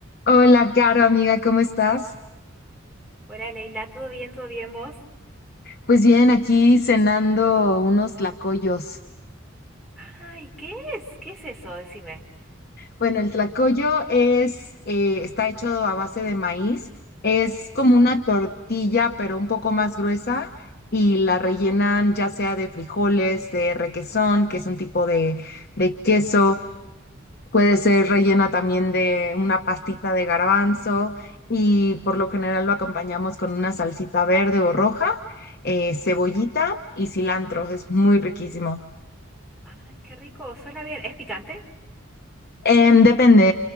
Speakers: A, on the left (about 50°); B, in the centre.
A: Hola, Caro, amiga, ¿cómo estás?
B: Hola Leila, ¿todo bien? ¿Todo bien vos?
A: Pues bien, aquí cenando unos tlacoyos.
B: Ay, ¿qué es? ¿Qué es eso? Decime.
A: Bueno, el tlacoyo es, eh, está hecho a base de maíz. Es como una tortilla, pero un poco más gruesa y la rellenan ya sea de frijoles, de requesón, que es un tipo de, de queso, Puede ser rellena también de una pastita de garbanzo y por lo general lo acompañamos con una salsita verde o roja, eh, cebollita y cilantro. Es muy riquísimo.
B: Ay, qué rico, suena bien. ¿Es picante?
A: Em, depende,